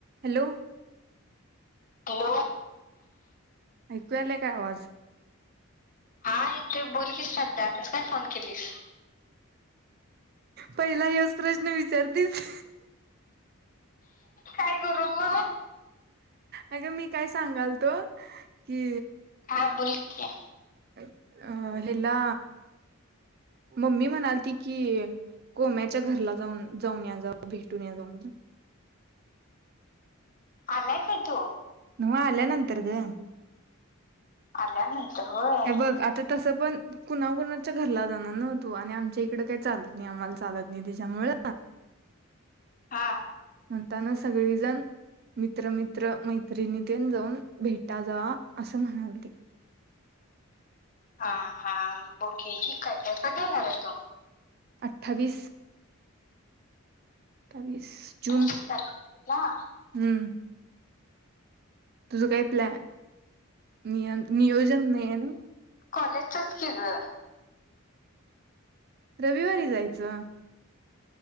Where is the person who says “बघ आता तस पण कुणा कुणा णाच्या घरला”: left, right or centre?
Right